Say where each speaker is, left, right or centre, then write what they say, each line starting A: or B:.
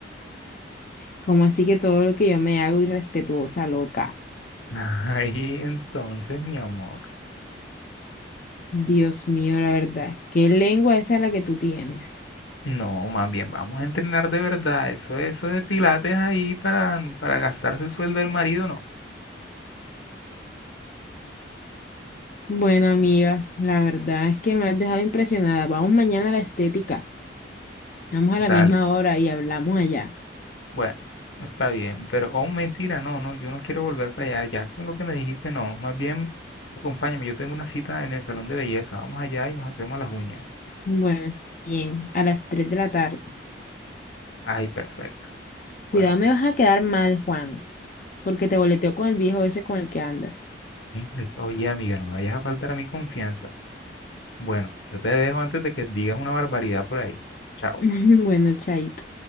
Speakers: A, on the left; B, on the left.
A: Como así que todo lo que yo me hago irrespetuosa, loca.
B: <laughs> Ay, entonces, mi amor.
A: Dios mío, la verdad. ¿Qué lengua esa la que tú tienes?
B: No, más bien, vamos a entrenar de verdad. Eso, eso de pilates ahí para, para gastarse el sueldo del marido, no.
A: Bueno, amiga, la verdad es que me has dejado impresionada. Vamos mañana a la estética. Vamos
B: Dale.
A: a la misma hora y hablamos allá.
B: Bueno, está bien, pero, oh, mentira, no, no, yo no quiero volver para allá, ya con lo que me dijiste, no, más bien, acompáñame, yo tengo una cita en el salón de belleza, vamos allá y nos hacemos las uñas.
A: Bueno, está bien, a las 3 de la tarde.
B: Ay, perfecto. Bueno,
A: Cuidado,
B: pues,
A: me vas a quedar mal, Juan, porque te boleteo con el viejo ese con el que andas.
B: Ay, oye, amiga, no me vayas a faltar a mi confianza. Bueno, yo te dejo antes de que digas una barbaridad por ahí. Chao.
A: <laughs> Bueno, chaito.